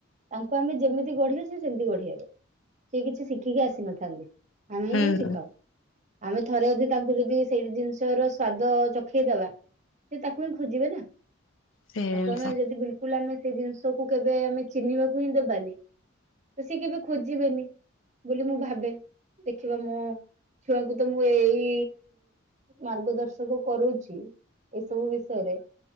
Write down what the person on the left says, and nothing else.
ହୁଁ
ହୁଁ
ସେ ଜିନିଷ